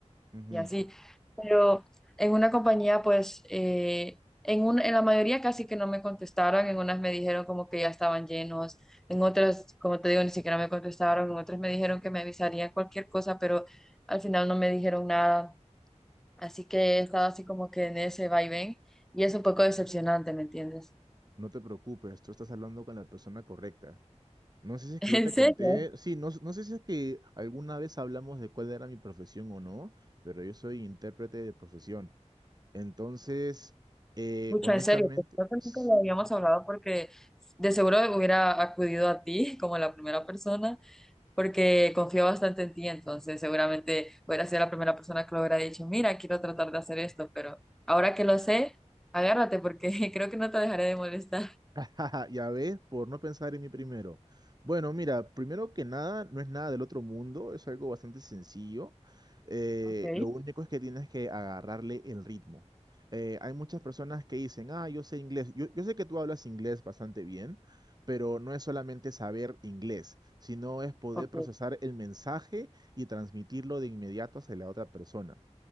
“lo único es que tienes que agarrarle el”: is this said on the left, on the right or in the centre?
Right